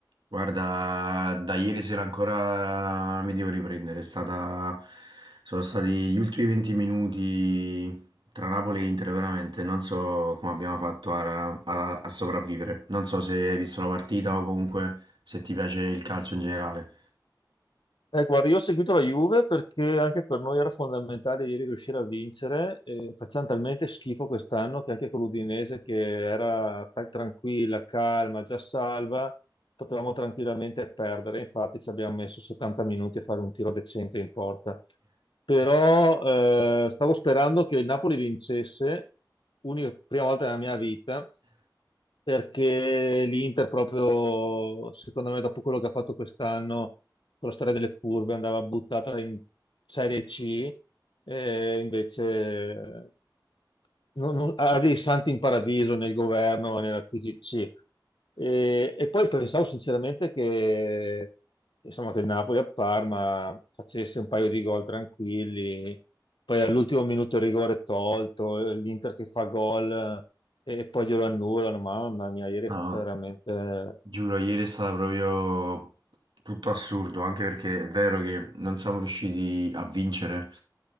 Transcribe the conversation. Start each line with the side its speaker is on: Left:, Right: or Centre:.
Right: Guarda, da ieri sera ancora mi devo riprendere. È stata... Sono stati gli ultimi 20 minuti tra Napoli e Inter, veramente. Non so come abbiamo fatto a, a- a sopravvivere. Non so se hai visto la partita o comunque se ti piace il calcio in generale.
Left: Eh, guarda, io ho seguito la Juve perché anche per noi era fondamentale ieri riuscire a vincere. eh, facciamo talmente schifo quest'anno che anche con l'Udinese, che era tra- tranquilla, calma, già salva, potevamo tranquillamente perdere. Infatti ci abbiamo messo 70 minuti a fare un tiro decente in porta. Però eh, stavo sperando che il Napoli vincesse, unica prima volta nella mia vita perché l'Inter proprio, secondo me, dopo quello che ha fatto quest'anno con la storia delle curve, andava buttata in Serie C, e invece non- non- ha dei santi in paradiso nel governo e nella FIGC. E, e poi pensavo sinceramente che, insomma, che il Napoli a Parma facesse un paio di gol tranquilli, poi all'ultimo minuto il rigore tolto, l'Inter che fa gol eh, e poi glielo annullano. Mamma mia, ieri
Right: No.
Left: è stata veramente
Right: Giuro, ieri è stato proprio tutto assurdo, anche perché è vero che non siamo riusciti a vincere,